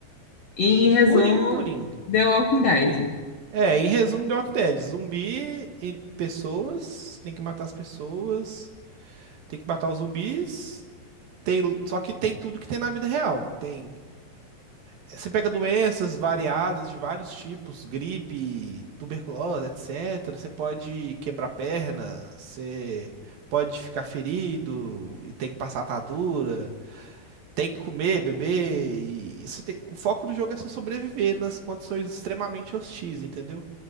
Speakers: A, on the left; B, on the right.
A: E, em resumo,
B: Purim, purim,
A: The Walking Dead.
B: purim. É, em resumo, The Walking Dead. Zumbi e pessoas. Tem que matar as pessoas. Tem que matar os zumbis. Tem, só que tem tudo que tem na vida real. Tem Você pega doenças variadas de vários tipos, gripe, tuberculose, etc. Você pode quebrar perna, você pode ficar ferido e tem que passar atadura, tem que comer, beber. E isso tem... O foco do jogo é você sobreviver nas condições extremamente hostis, entendeu?